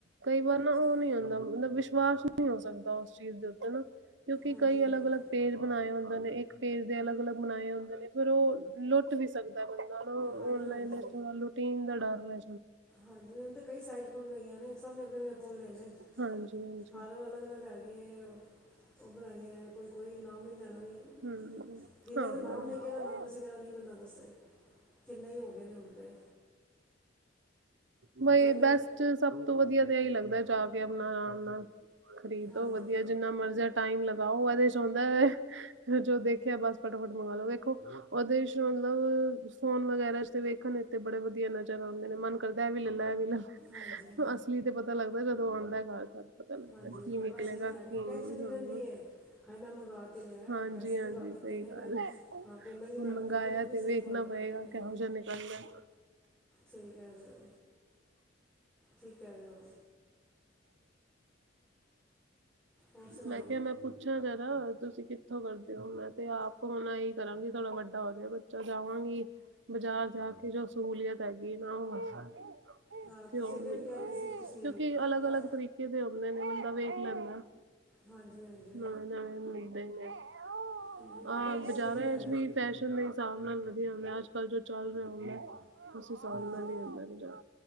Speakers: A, on the right (about 70°); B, in the centre.
A: ਕਈ ਵਾਰ ਨਾ
B: ਚਲ
A: ਉਹ ਨੀ ਕੇ ਉਨਾ ਵਿਸ਼ਵਾਸ ਨਹੀਂ ਹੋ ਸਕਦਾ ਉਸ ਚੀਜ਼ ਦੇ ਉੱਤੇ ਨਾ ਕਿਉਂਕਿ
B: ਹਾਂਜੀ
A: ਕਈ
B: ਹਾਂਜੀ
A: ਅਲੱਗ ਅਲੱਗ ਪੇਜ ਬਣਾਏ ਹੁੰਦੇ ਨੇ ਇੱਕ ਪੇਜ ਦੇ ਅਲੱਗ ਅਲੱਗ ਬਣਾਏ ਹੁੰਦੇ ਨੇ ਫੇਰ ਉਹ ਲੁੱਟ ਵੀ ਸਕਦਾ ਬੰਦਾ ਚਲੋ
B: ਹਾਂਜੀ
A: ਔਨਲਾਈਨ
B: ਹਾਂਜੀ
A: ਲੂਟੀਨ ਦਾ ਡਰ ਰ ਐ
B: ਹਾਂਜੀ ਹੁਣ ਤੇ ਕਈ ਸਾਡ ਖੁੱਲ ਗਈਆਂ ਨੇ ਸਭ ਨੇ ਆਪਣੇ ਆਪਣੇ ਫੋਨ ਲਏ ਨੇ
A: ਹਾਂਜੀ ਈ ਹਾਂਜੀ ਈ
B: ਹਰ ਉ ਅਲੱਗ ਅਲੱਗ ਹੈਗੀ ਐ ਉਹ ਬਣਾਈ ਕੋਈ ਕੋਈ ਨਾਾਮ ਈ ਲੈਣਾ ਨੀ
A: ਹਮ
B: ਕਿੰਨੇ
A: ਹਾਂ
B: ਦਾ ਨਾਮ ਨੇ ਕਿਹੜਾ ਨਾਮ ਦੱਸੇ ਕਿਹੜਾ ਨਹੀਂ ਬੰਦਾ ਦੱਸੇ ਏ ਕਿੰਨੇ ਈ ਹੋ ਗਏ ਨੇ ਹੁਣ ਤੇ
A: ਬੇਈ
B: ਚਲੋ
A: ਐ ਬੈਸਟ ਸਭ ਤੋਂ ਵਧੀਆ ਤੇ ਇਹੀ ਲੱਗਦਾ ਜਾ ਕੇ ਆਪਣਾ ਆ ਰਾਮ ਨਾਲ ਖਰੀਦੋ
B: ਹਾਂਜੀ
A: ਵਧੀਆ ਜਿੰਨਾ ਮਰਜਾ ਟਾਈਮ ਲਗਾਓ ਇਹਦੇ ਹੁੰਦਾ ਐ ਵੇਅ ਇਸ ਜੋ ਦੇਖਿਆ ਬਸ ਫਟਾਫਟ ਮੰਗਵਾ ਲੋ ਵੇਖੋ ਓ ਉਹਦੇ ਚ ਮਤਲਬ ਫੋਨ ਵਗੈਰਾ ਚ ਤੇ ਵੇਖਣ ਇੱਥ ਬੜੇ ਵਧੀਆ ਲੱਗਦਾ ਮੇਰੇ ਏ ਮਨ ਕਰਦਾ ਐ ਵੀ ਲੈਆ ਐ ਵੀ ਲੈਆ
B: ਹਾਂਜੀ
A: ਅਸਲੀ ਤੇ ਪਤਾ ਲੱਗਦਾ ਜਦੋਂ ਆਦਾ ਘਰ ਤਾਂ ਪਤਾ ਲੱਗਦਾ
B: ਹਾਂਜੀ
A: ਕੀ
B: ਕੱਪੜਾ
A: ਨਿਕਲੇ
B: ਸੇਮ
A: ਗਾ
B: ਹੈ ਕਿ
A: ਕੀ ਨਹੀਂ
B: ਟੈਨਸ਼ਨ ਵੀ
A: ਹੁਣ
B: ਰਹਿੰਦੀ
A: ਐ
B: ਹੈ ਹਾਏ ਮੈਂ ਮੰਗਾ ਤੇ ਲਿਆ
A: ਹਾਂਜੀ
B: ਮੈਂ ਪੈਸੇ ਵੀ
A: ਹਾਂਜੀ
B: ਭਰ ਦਿੱਤੇ
A: ਸਹੀ
B: ਨੇ
A: ਗੱਲ
B: ਮੈਂ
A: ਏ
B: ਹਾਂ ਪੇਮੈਂਟ ਵੀ
A: ਹੁਣ
B: ਕਰਤੀ
A: ਮੰਗਾਇਆ
B: ਹੈ ਪਰ ਨਹੀਂ
A: ਤੇ
B: ਸਹੀ
A: ਵੇਖਣਾ
B: ਹੋਏਗਾ
A: ਪਏਗਾ
B: ਕਿ ਨਹੀਂ
A: ਕਿਹੋ ਜਿਹਾ ਨਿਕਲ ਦਾ ਆ
B: ਸਹੀ ਕਹਿ ਰੇ ਓ ਠੀਕ ਕਹਿ ਰੇ ਓ ਹੋਰ ਸੁਣਾਇਓ
A: ਮੈਂ ਕਿਹਾ ਮੈਂ ਪੁੱਛ ਪੁੱਛ ਆ ਗੇ ਨਾ ਤੁਸੀਂ ਕਿੱਥੋਂ ਕਰਦੇ ਓ ਮੈਂ ਤੇ ਆਪ ਹੁਣ ਆਹੀ ਕਰਾਂਗੀ ਥੋੜਾ ਵੱਡਾ ਹੋ ਜਾਵੇ ਬੱਚਾ ਜਾਵਾਂਗੀ ਬਾਜ਼ਾਰ ਜਾ ਕੇ ਜੋ ਸਹੂਲੀਅਤ ਹੈਗੀ ਨਾ ਉਹ ਬਰਤਾ ਗੀ
B: ਹਾਂ
A: ਤੇ
B: ਤੁਸੀਂ
A: ਓ
B: ਅੱਗੇ
A: ਮੇਰਾ
B: ਕਹਿ ਰਹੇ
A: ਵੀ
B: ਸੀ
A: ਕਿਉਂਕਿ
B: ਤੁਸੀਂ
A: ਤੁਸੀ ਅਲੱਗ
B: ਕਾ-
A: ਅਲੱਗ ਤਰੀਕੇ ਕਿਦੇ ਹੁਦੇ ਨੇ ਬੰਦਾ ਵੇਖ ਲੈਂਦਾ ਆ
B: ਹਾਂਜੀ ਹਾਂਜੀ
A: ਨਵੇਂ ਨਵੇਂ ਮਿਲਦੇ ਨੇ ਕਿਥ
B: ਹਮ,
A: ਆ
B: ਅੱਗੇ ਵੀ ਤੁਸੀਂ
A: ਬਾਜ਼ਾਰੋ
B: ਕਹਿ ਲੈ
A: ਐਚ ਵੀ ਫੈਸ਼ ਚਲਦੇ ਦੇ ਹਿਸਾਬ ਨਾਲ ਵਧੀਆ ਹੁੰਦਾ ਆ ਅੱਜ ਕੱਲ੍ਹ ਜੋ ਚੱਲ ਰਿਹਾ ਹੁੰਦਾ ਆ ਅਸੀਂ ਸਾਲ
B: ਹਾਂਜੀ
A: ਨਾਲ ਨ ਆਦਾ ਜਾ